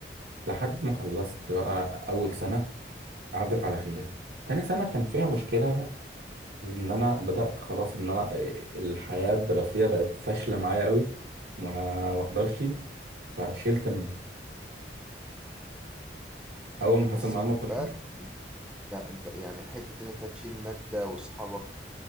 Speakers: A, on the right; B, in the centre.
A: لحد ما خلصت بقى اول سنة عدت على خير تاني سنة كان فيها مشكلة لان انا بدأت خلاص ان انا إيه الحياة الدراسية بقت فاشلة معايا قوي وما واحضرش فشلت مادة اول
B: بس
A: ما حصل معايا
B: خد
A: الموقف
B: بالك
A: ده
B: لا، أنت يعني حتة إن أنت تشيل مادة وأصحابك